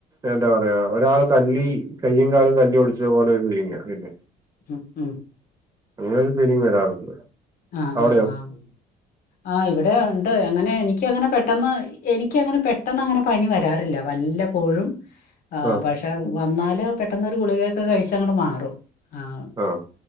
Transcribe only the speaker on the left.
ഉം ഉം
ആഹ്!
ആഹ്! ആഹ്! ആഹ് ഇവിടെ ഉണ്ട് അങ്ങനെ എനിക്കങ്ങനെ പെട്ടെന്ന് എനിക്കങ്ങനെ പെട്ടെന്ന് അങ്ങനെ പനി വരാറില്ല വല്ലപ്പോഴും ആഹ്
പക്ഷെ വന്നാല് പെട്ടെന്ന് ഒരു ഗുളികയൊക്കെ കഴിച്ച അങ്ങട് മാറും ആഹ്